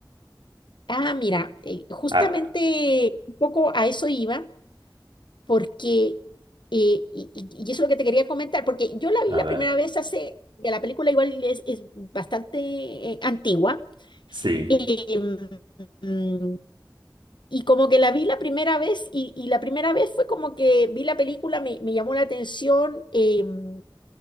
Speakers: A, on the left (about 75°); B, on the right (about 80°).
A: Ah, mira, eh, justamente
B: Ah,
A: un poco a eso iba, porque, eh, y, y- y eso es lo que te quería comentar, porque yo la
B: a
A: vi la
B: ver,
A: primera vez hace, que la película igual es, es bastante eh, antigua,
B: sí,
A: em, mm, y como que la vi la primera vez, y, y la primera vez fue como que vi la película, me, me llamó la atención, em,